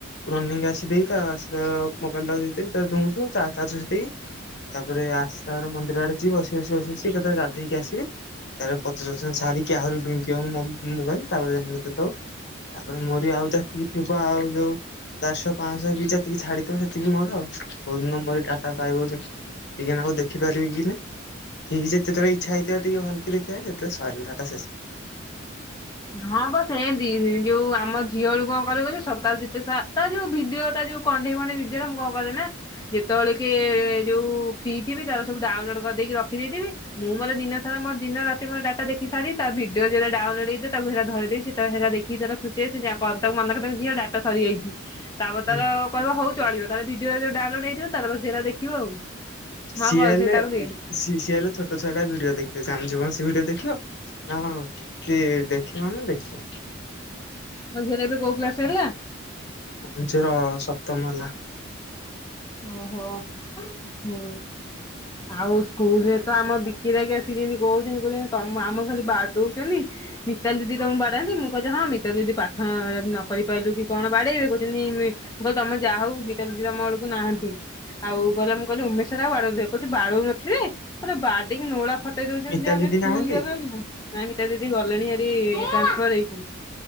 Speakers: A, on the left (about 55°); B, on the left (about 20°).
A: ରନିଙ୍ଗ୍ ଆସି ଦେଇେକି ତା ସାଆ ମୋବାଇଲ ଟାକୁ ଦେଇଦେଇକି ତା ଡୁଙ୍ଗୁଥିବ ଚା ଚାଜ୍ ବସେଇ ଦେଇକି ତାପରେ ଆସ୍ ତାର ମନ୍ଦିର ଆଡେ, ଯିବ ସି ବସି ବସି ବସି କେତେବେଳେ ଗାଧେଇକି ଆସିବି। ତାର ପଚାଶ୍ ପସେଣ୍ଟ ସାରିକି ଆହୁରି ଡୁଙ୍ଗିବ ମୋ ମମ୍ ମୋବାଇଲ୍ ତାପରେ ମତେ ଦେଦବ ତାପରେ ମୋରି ଆଉ ଯା ଥି ଥିବ ଆଉ ଯୋଉ ଚାରଶଅ, ପାଁଶଅ କି ଯେତିକି ଛାଡିଥିବ ସେତିକି ମୋର ବହୁତ୍ ନମ୍ବର ଡାଟା ପାଇବ ଟିକେ ନାଗୁରୁ ଦେଖି ପାରିବି କି ନାଇ। ଠିକି ସେ ଯେତେଏଳେ ଇଚ୍ଛା ହେଇଥିବ ଟିକେ ଭଲକି ଦେଖିବା ଏତେ ସଇଲା ଡ଼ାଟା ଶେଷ୍।
B: ହଁ ପା ସେମିତି <unintelligible> ଯୋଉ ଆମ ଝିଅ ରୁ କଁ କରେ କଇଲ ସପ୍ତାହ ଯେତେ ସା ତା ଯୋଉ ଭିଡିଓ ତା ଯୋଉ କଣ୍ଢେଇ ଫଣ୍ଢେଇ ଭିଡିଓ ମୁଁ କଁ କରେ ନା ଯେତେବେଳେ କେ ଏଯୋଉ ଫ୍ରି ଥିବି ତାର ସବୁ ଡାଉ ଲୋଡ୍ କର୍‌ଦେଇକି ରଖିଦେଇ ଥିବି, ମୁଁ ମୋର ଦିନ ସାରା ମୋ ଦିନ ରାତି ମୋ ଡ଼ାଟା ଦେଖି ସାରି ତା ଭିଡିଓ ଯୋଉରା ଡାଉନଲୋଡ୍ ହେଇ ତାପରେ ସେରା ଧରେ ଦେଇକି, ସେ ତାର ସେରା ଦେଖି ତାର ଖୁସି ହେଇ ସେ ଯା ତାକୁ ମନା କରଦେମି ଝିଅ ଡାଟା ସରିଯାଇଚ଼ି। ତାପରେ
A: ହୁଁ
B: ତାର କହିବ ହଉ ଚଳିବ ତାର ଭିଡିଓ ଉରା ଯୋଉ ଡାଉନ୍‌ଲୋଡ୍ ହେଇଥିବ ତାର ବସି ସେରା ଦେଖିବ ଆଉ। ମୁଁ
A: ସିଏ
B: ଆଉ କରି
A: ହେଲେ
B: ତାକୁ ଦିଏନି
A: ସି ସି ଏଲେ ଛୋଟ ଛୁଆ ଭିଡିଓ ଦେଖି ଆମ ଝିଅ କଁ ବିଡ଼ିଅ ଦେଖିବ ନା କଣ ସିଏ ଦେଖିବ ନେ ଦେଖିବ।
B: ତମ ଝିଅର ଏବେ କୋଉ କ୍ଲାସ୍ ହେଲା?
A: ଆମ୍ ଝିଅର ସପ୍ତମ ଏଲା।
B: ଓହୋ ହୁଁ ଆଉ ସ୍କୁଲ ରେ ତ ଆମ ବିକି ଯାଇଁକି ଆସିକିଣି କହୁଚ଼ନ୍ତି, କହୁଚ଼ନ୍ତି ତ ଆମ ଖାଲି ବାଡ଼ଉଚ଼ନ୍ତି ମିତାଲ୍ ଦିଦି ତମକୁ ବାଡ଼ା ନ୍ତି ମୁଁ କହିଲି ହଁ ମିତାଲ୍ ଦିଦି ପାଠ ଅଁ ନ କରି ପାରିଲୁ କି କଣ ବାଡେଇବେ କହୁଚ଼ନ୍ତି ମୁଁ କହିଲି ତମେ ଯାହା ହଉ ମିତାଲ୍ ଦିଦି ତମ ଏଳକୁ ନାହାନ୍ତି। ଆଉ କହିଲେ ମୁଁ କହିଲି ଉମେଶ୍ ସାର୍ ଆଉ ବାଡ଼ଉ ନଥିବେ କହୁଚ଼ି ବାଡ଼ଉ ନଥିବେ ପୁରା ବାଡ଼େଇକି ନୋଳା ଫଟ୍ ଟେଇ ଦଉଛନ୍ତି
A: ମିତାଲି
B: ଆମେ
A: ଦିଦି
B: ସ୍କୁଲ୍
A: ନାହାନ୍ତି
B: ଯିବାକୁ ନା ଆମିତା ଦିଦି ଗଲେଣି ଭାରି ଟ୍ରାନ୍ସଫର ହେଇକି